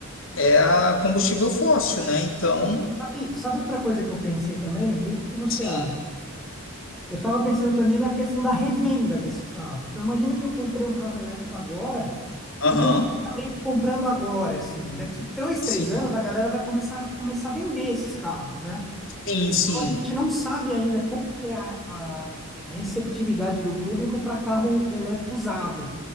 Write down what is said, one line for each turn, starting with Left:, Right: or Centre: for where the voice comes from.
Left: é, é a combustível fóssil, né? Então,
Centre: Sabe, sabe outra coisa que eu pensei também? Vê o que você
Left: sim,
Centre: acha. Eu estava pensando também na questão da revenda desse carro. Então, imagina que eu comprei um carro elétrico agora,
Left: aham,
Centre: e todo mundo está meio que comprando agora, assim. Daqui dois, três
Left: sim,
Centre: anos, a galera vai começar, começar a vender esses carros, né?
Left: sim,
Centre: Então,
Left: sim.
Centre: a gente não sabe ainda como que é a, a receptividade do público para carro elétrico usado.